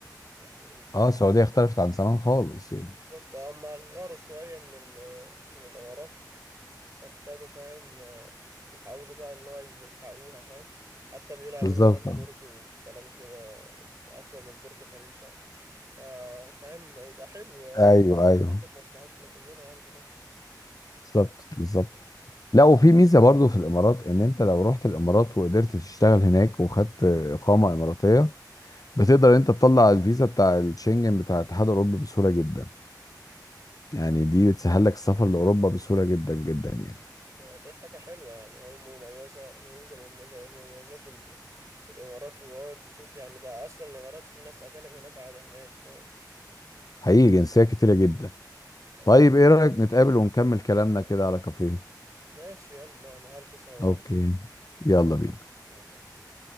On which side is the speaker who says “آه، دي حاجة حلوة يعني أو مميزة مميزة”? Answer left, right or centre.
Right